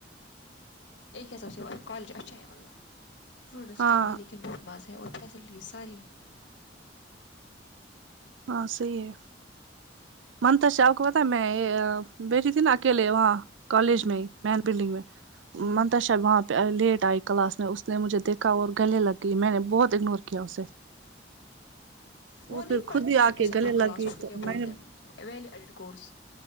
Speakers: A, on the left; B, on the right.
A: اک کے حساب سے کالج اچھا ہےلہ اسٹوڈنٹس
B: ہاں
A: کم ہے لیکن بہت مز ہیں اور فیسلٹیز ساری
B: ہاں صحی ہے منتاشا اپکو پتا ہے میں بیٹھی تھی نا اکیلے وہاں
A: ہے
B: کالج
A: ہوں
B: میں مین بلڈنگ میں
A: ہوں
B: ممتا وہاں پہ لیٹ آئی کلاس میں اس نے مجھے دیکا اور گلے لگی میں نے بہت اگنور کیا اسے
A: وہ نہیں
B: پھر
A: پڑھتی
B: خود ہی آ
A: آپ کے ساتھ
B: گلے
A: وہ
B: لگ
A: کلاس
B: گئی
A: اس کو
B: تو
A: کیا
B: میں
A: بولتے
B: نے
A: ہیںوی لی ایڈٹ کورس